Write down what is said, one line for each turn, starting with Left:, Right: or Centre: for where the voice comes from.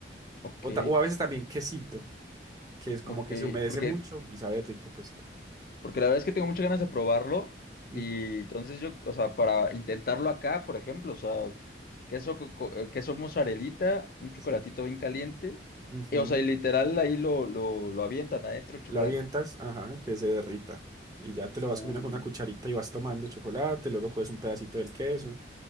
Left: Ok,
Right: O, ta- o a veces también quesito. que es como
Left: ok,
Right: que se humedece
Left: porque
Right: mucho y sabe rico, pues, pero...
Left: Porque la verdad es que tengo muchas ganas de probarlo.
Right: Ujú,
Left: Y entonces yo, o sea, para intentarlo acá, por ejemplo, o sea, queso, co- co- eh, queso mozzarellita, un chocolatito
Right: Sí.
Left: bien caliente.
Right: Ujú.
Left: Y, o sea, y literal ahí lo, lo, lo avientan adentro el chocolate.
Right: Lo avientas, ajá, que se derrita. Y ya te lo vas
Left: Uh,
Right: comiendo con una cucharita y vas tomando chocolate, luego coges un pedacito del queso